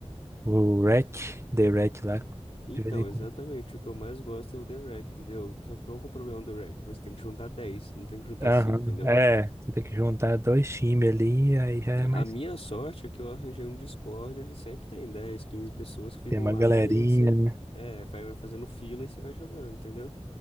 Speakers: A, on the right; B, on the left.
A: O REC, The REC lá.
B: Então,
A: De vez em quando.
B: exatamente, o que eu mais gosto é o The Wreck, entendeu? Só que qual que é o problema do Wreck? Você tem que juntar 10 não tem que juntar
A: Aham,
B: 5 entendeu?
A: é. Você tem que juntar dois times ali, aí já é mais.
B: A minha sorte é que eu arranjei um Discord onde sempre tem 10 15 pessoas que ficam
A: Tem uma
B: lá
A: galerinha,
B: e aí você
A: né?
B: é, vai vai fazendo fila e você vai jogando, entendeu?